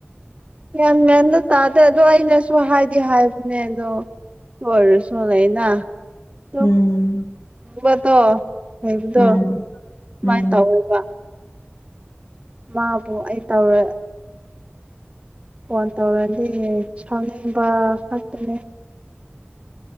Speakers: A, on the right; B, on the left.
A: ꯌꯥꯝ ꯃꯌꯥꯗ ꯇꯥꯗꯦ ꯑꯗꯣ ꯑꯩꯅꯁꯨ ꯍꯥꯏꯗꯤ ꯍꯥꯏꯕꯅꯦ ꯑꯗꯣ ꯂꯣꯏꯔꯁꯨ ꯂꯩꯅ ꯍ
B: ꯎꯝ
A: ꯕꯗꯣ ꯂꯩꯕꯗꯣ
B: ꯎꯝ
A: ꯁꯨꯃꯥꯏꯅ
B: ꯎꯝ
A: ꯇꯧꯋꯦꯕ ꯃꯥꯕꯨ ꯑꯩ ꯇꯧꯔꯦ ꯐꯣꯟ ꯇꯧꯔꯗꯤ ꯁꯥꯎꯅꯤꯡꯕ ꯈꯛꯇꯅꯦ